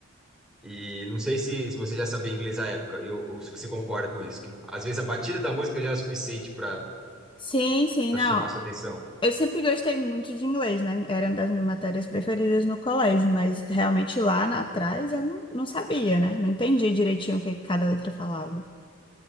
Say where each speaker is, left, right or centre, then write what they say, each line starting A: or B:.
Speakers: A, in the centre; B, on the left.
A: E não sei se, se você já sabia inglês à época, eu- ou se você concorda com isso, que às vezes a batida da música já é o suficiente para
B: Sim, sim,
A: para
B: não.
A: chamar sua atenção.
B: Eu sempre gostei muito de inglês, né? Era uma das minhas matérias preferidas no colégio, mas realmente lá na- atrás eu não, não sabia, né? Não entendia direitinho o que cada letra falava.